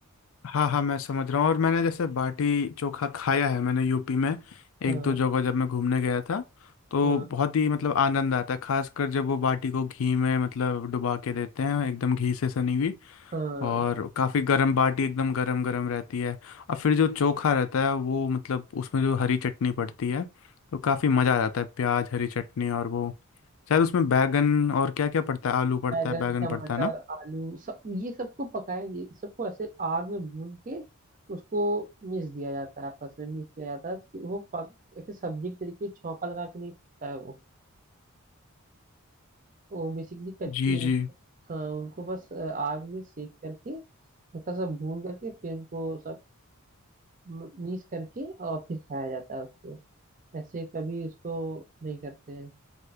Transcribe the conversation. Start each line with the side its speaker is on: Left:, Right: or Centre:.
Left: हाँ हाँ मैं समझ रहा हूँ और मैंने जैसे बाटी चोखा खाया है मैंने यूपी में एक
Right: हाँ
Left: दो जगह जब मैं घूमने गया था तो
Right: हाँ
Left: बहुत ही मतलब आनंद आता है खासकर जब वो बाटी को घी में मतलब डुबा के देते हैं एकदम घी से सनी हुई
Right: हाँ
Left: और काफ़ी गर्म बाटी एकदम गरम गरम रहती है और फिर जो चोखा रहता है वो मतलब उसमें जो हरी चटनी पड़ती है तो काफ़ी मज़ा आ जाता है प्याज हरी चटनी और वो शायद उसमें बैगन और क्या क्या पड़ता है आलू पड़ता
Right: बैंगन
Left: है बैगन
Right: टमाटर
Left: पड़ता है ना
Right: आलू सब ये सबको पकाया ये सबको ऐसे आग में भून के उसको मिक्स दिया जाता है आपस में मिक्स किया जाता है तो वो पक एक सब्जी के तरीके छौंका लगा के नहीं पकता है वो तो वो बेसिकली कच्ची
Left: जी जी
Right: हाँ उनको बस अ, आग में सेक करके हल्का सा भून करके फिर उनको सब मीस करके और फिर खाया जाता है उसको ऐसे कभी उसको नहीं करते हैं